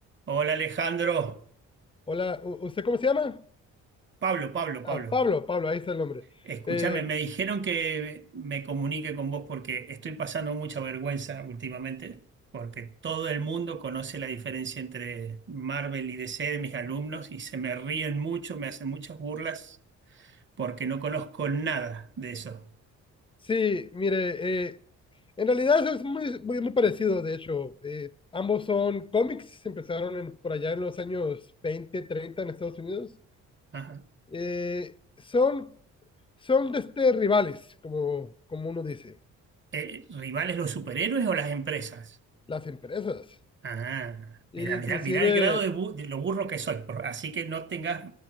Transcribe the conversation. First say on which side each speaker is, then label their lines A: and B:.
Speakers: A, on the right; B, on the left.
A: Hola Alejandro,
B: Hola, ¿u- ¿usted cómo se llama?
A: Pablo, Pablo,
B: Ah,
A: Pablo.
B: Pablo, Pablo, ahí está el nombre.
A: Escúchame,
B: Eh,
A: me dijeron que me comunique con vos porque estoy pasando mucha vergüenza últimamente, porque todo el mundo conoce la diferencia entre Marvel y DC de mis alumnos y se me ríen mucho, me hacen muchas burlas porque no conozco nada de eso.
B: sí, mire, eh, en realidad es muy, muy, muy parecido, de hecho. Eh, ambos son cómics, empezaron en- por allá en los años 20, 30 en Estados Unidos.
A: Ajá.
B: Eh, son son de este, rivales, como, como uno dice,
A: Eh, ¿rivales los superhéroes o las empresas?
B: las empresas.
A: Ah,
B: E
A: mira,
B: inclusive,
A: mira, mira el grado de, bu- de lo burro que soy, por- así que no tengas,